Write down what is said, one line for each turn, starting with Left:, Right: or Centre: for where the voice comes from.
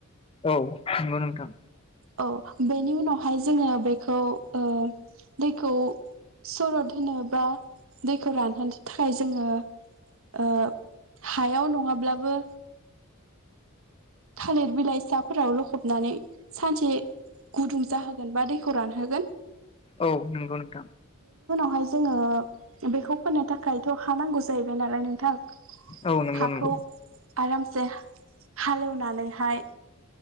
Left: औ नोंगौ नोथां
Right: औ बेनि उनावहाय जोङो बेखौ ओ दैखौ सरद होनो बा दैखौ रानहोनो थाखाय जोङो ओ हायाव नङाब्लाबो थालिर बिलाइ साफोराव लखबनानै सानसे गुदुं जाहोगोन बा दैखौ रानहोगोन ।
Left: औ नंगौ नोंथां
Right: <unintelligible> जोङो बेखौ फोनो थाखायथ' हा नांगौ जाहैबाय नालाय नोंथां ।
Left: औ नंगौ
Right: हाखौ
Left: नंगौ
Right: आरामसे हालेव नानैहाय